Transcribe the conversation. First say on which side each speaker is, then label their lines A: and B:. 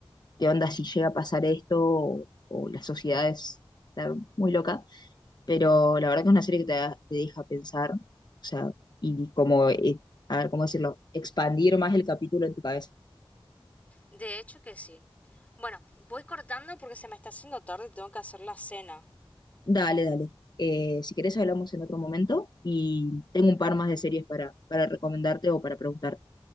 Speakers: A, on the left; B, on the left.
A: ¿qué onda si llega a pasar esto o, o la sociedad es está muy loca? pero la verdad que es una serie que te, da- te deja pensar, o sea, y como, eh, a ver, ¿cómo decirlo? Expandir más el capítulo en tu cabeza.
B: De hecho que sí. Bueno, voy cortando porque se me está haciendo tarde y tengo que hacer la cena.
A: Dale, dale. Eh, si querés hablamos en otro momento y tengo un par más de series para, para recomendarte o para preguntarte.